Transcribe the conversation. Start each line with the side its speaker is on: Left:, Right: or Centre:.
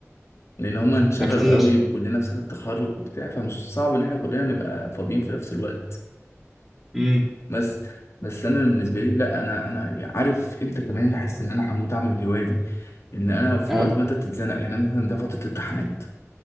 Left: لأن هما انشغلوا
Centre: ده كتير
Left: قوي وكلنا في سنة تخرج وبتاع فمش صعب إن احنا كلنا نبقى فاضيين في نفس الوقت
Centre: امم
Left: بس بس انا بالنسبه لي لا انا انا عارف امتى كمان بحس ان انا هموت اعمل الهوايه دي ان انا في
Centre: اه
Left: وقت ما انت بتتزنق يعني أنا مثلا ده فتره امتحانات